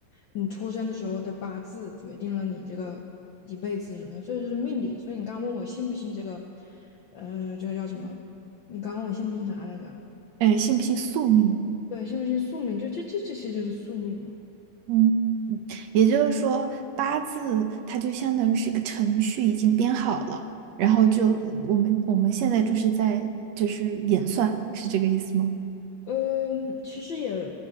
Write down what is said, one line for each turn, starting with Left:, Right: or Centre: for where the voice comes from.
Left: 你出生的时候的八字决定了你这个一辈子什么样，所以就是命理。所以你刚问我信不信这个，呃，这个叫什么？你刚问我信不信啥来着？
Right: 哎，信不信宿命？
Left: 对，信不信宿命？就这这这些就是宿命嘛。
Right: 嗯，嗯也就是说，八字它就相当于是一个程序，已经编好了，然后就我们我们现在就是在就是演算，是这个意思吗？
Left: 嗯，其实也